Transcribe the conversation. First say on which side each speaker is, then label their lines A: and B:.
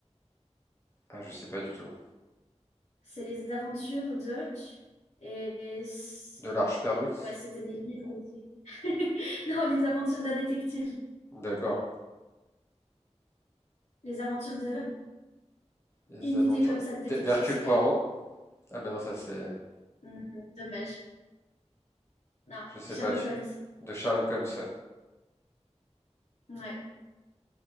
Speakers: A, on the left; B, on the left.
A: Ah, je sais pas du tout.
B: C'est les aventures de... Et... et c-
A: De l'Arche perdue?
B: Ouais, c'était des livres aussi. <laughs> Non, les aventures d'un détective.
A: D'accord.
B: Les aventures de...
A: Les
B: Une
A: aventures
B: idée comme ça de détective
A: d'Hercule
B: célèbre.
A: Poirot. Ah ben non, ça c'est...
B: Hmm, dommage. Non,
A: Je sais
B: Sherlock
A: pas, tu...
B: Holmes.
A: De Sherlock Holmes.
B: Ouais.